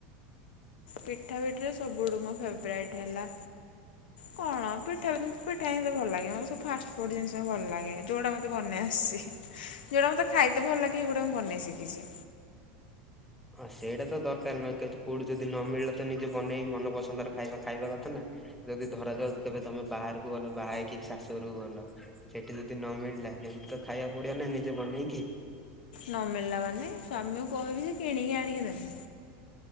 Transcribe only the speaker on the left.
ପିଠାପିଠିରେ ସବୁଠୁ ମୋ ଫେବରାଇଟ୍ ହେଲା କଣ ପିଠା ପିଠା ହିଁ ଭଲ ଲାଗେନି ମତେ ସବୁ ଫାଷ୍ଟ ଫୁଡ଼ ଜିନିଷ ଭଲ ଲାଗେ। ଯୋଉଟା ମତେ ବନେଇ ଆସିଛି ଯଉଟା ମତେ ଖାଇତେ ଭଲ ଲାଗେ ଏଗୁଡ଼ା ମୁଁ ବନେଇ ଶିଖିଛି।
ନ ମିଳିଲା ମାନେ ସ୍ୱାମୀଙ୍କୁ କହିବି ଯେ କିଣିକି ଆଣିକି ଦେବେ।